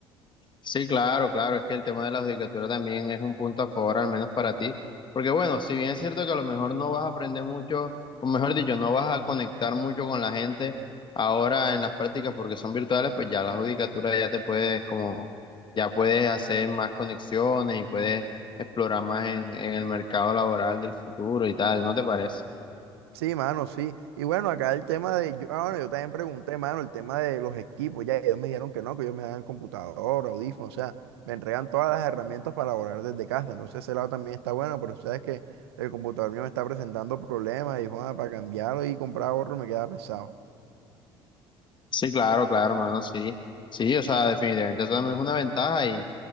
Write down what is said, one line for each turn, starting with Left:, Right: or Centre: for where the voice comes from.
Left: Sí, claro, claro, es que el tema de la judicatura también es un punto a favor, al menos para ti, porque bueno, si bien es cierto que a lo mejor no vas a aprender mucho, o mejor dicho, no vas a conectar mucho con la gente ahora en las prácticas porque son virtuales, pues ya la judicatura ya te puedes como, ya puedes hacer más conexiones y puedes explorar más en, en el mercado laboral del futuro y tal, ¿no te parece?
Right: Sí, mano, sí. Y bueno, acá el tema de, yo, ah, bueno, yo también pregunté, mano, el tema de los equipos, ya ellos me dijeron que no, que ellos me dan computador, audífonos, o sea, me entregan todas las herramientas para laborar desde casa. Entonces ese lado también está bueno, pero sabes que el computador mío me está presentando problemas y, joda, para cambiarlo y comprar otro me queda pesado.
Left: Sí, claro, claro, hermano, sí, sí, o sea, definitivamente eso también es una ventaja y,